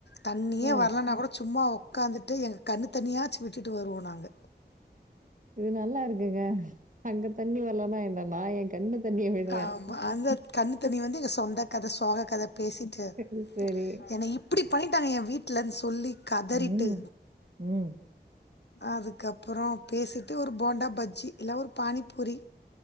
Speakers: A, on the left; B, on the right.
A: தண்ணியே
B: ஓ!
A: வரலானா கூட சும்மா ஒ ஒக்காந்துட்டுஎங்க கண்ணு தனியாச்சு விட்டுட்டு வருவோ நாங்க
B: இது நல்லா இருக்குங்க அங்க தண்ணி வரலனா என்ன நா ஏ கண்ணு தண்ணிய விடுறேன்.
A: ஆமா அந்த கண்ணு தண்ணி வந்து எங்க சொந்த கத சோக கத பேசிட்டு
B: சரி, சரி.
A: என இப் இப்டி பண்ணிட்டாங்க ஏ வீட்லன்னு சொல்லி கதறிட்டு
B: ம். ம்.
A: அதுக்கப்பறொ பேசிட்டு ஒரு போண்டா பஜ்ஜி இல்லனா ஒரு பானிப்பூரி